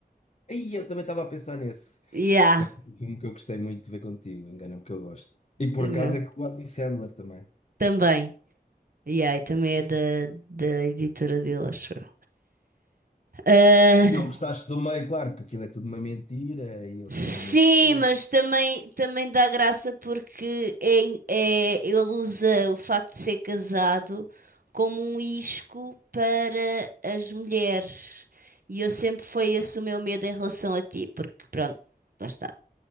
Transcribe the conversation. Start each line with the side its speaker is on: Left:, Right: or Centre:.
Left: Aí eu também estava a pensar nesse.
Right: Yeah,
Left: Também foi Um filme que eu gostei muito de ver contigo, engana-me que eu gosto. E por
Right: yeah.
Left: acaso é com o Adam Sandler também.
Right: Também. Yeah, e também é da, da editora dele, acho eu. Ah,
Left: Se não gostaste do meio, claro, porque aquilo é tudo uma mentira e eles
Right: Sim,
Left: estão a mentir-se.
Right: mas também, também dá graça porque é, é- ele usa o facto de ser casado como um isco para as mulheres. E eu sempre foi esse o meu medo em relação a ti, porque pronto, lá está.